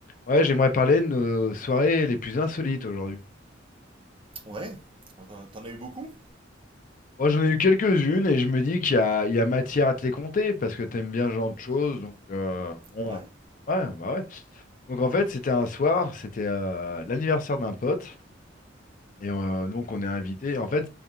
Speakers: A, on the left (about 40°); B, on the right (about 25°).
A: Ouais, j'aimerais parler de nos soirées les plus insolites aujourd'hui.
B: Ouais. Ouais, T'en t'en as eu beaucoup
A: Moi, j'en ai eu quelques-unes et je me dis qu'il y a, il y a matière à te les compter parce que t'aimes bien ce genre de choses. Donc, euh, bon,
B: Ouais.
A: ouais, bah ouais. Donc, en
B: Ça-
A: fait, c'était un soir, c'était euh, l'anniversaire d'un pote et euh, donc on est invité. En fait,